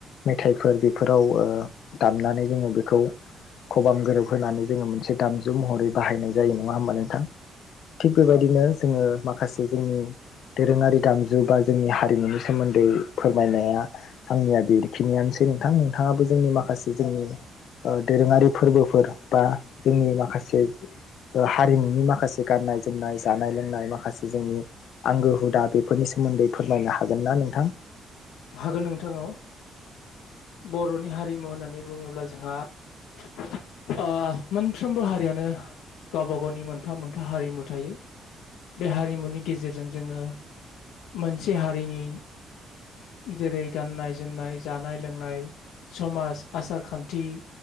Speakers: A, on the left; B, on the left.
A: मेथाइफोर बेफोराव ओ दामनानै जोङो बेखौ खबाम गोरोब होनानै जोङो मोनसे दामजु महरै बाहायनाय जायो नङा ओमबा नोंथां? थिग बेबायदिनो जोङो माखासे जोंनि दोरोङारि दामजु बा जोंनि हारिमुनि सोमोन्दै फोरमायनाया आंनिया बेखिनियानोसै नोंथां नोंथाङाबो जोंनि माखासे जोंनि ओ दोरोङारि फोरबोफोर बा जोंनि माखासे ओ हारिमुनि माखासे गाननाय जोमनाय जानाय लोंनाय माखासे जोंनि आंगो हुदा बेफोरनि सोमोन्दै फोरमायनो हागोन ना नोंथां?
B: हागोन नोंथां औ बर'नि हारिमु होननानै बुङोब्ला जोंहा ओ मोनफ्रोमबो हारियानो गावबा गावनि मोनफा मोनफा हारिमु थायो। बे हारिमुनि गेजेरजों जोङो मोनसे हारिनि जेरै गाननाय जोमनाय जानाय लोंनाय समाज आसार खान्थि